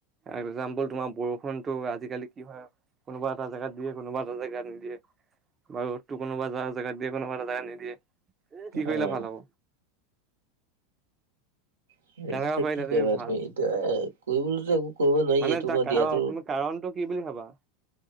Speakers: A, on the right; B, on the right.
A: এক্জাম্পল তোমাৰ বৰষুণতো আজিকালি কি হয় কোনোবা এটা জেগাত দিয়ে কোনোবা এটা জেগাত নিদিয়ে বাৰু কোনোবা এটা জোগাত দিয়ে কোনোবা জোগাত নিদিয়ে কি কৰিলে
B: অ'।
A: ভাল হ'ব
B: সেটো
A: কেনেকুৱা
B: তই
A: কৰিলে
B: কি কৰিবা
A: ভাল
B: তুমি এতিয়া এ কৰিবলে টো একো কৰিব নোৱাৰি
A: মানে
B: এইটো
A: তাৰ
B: বা
A: কাৰণ
B: দিয়াতো
A: তুমি কাৰণটো কি বুলি ভাবা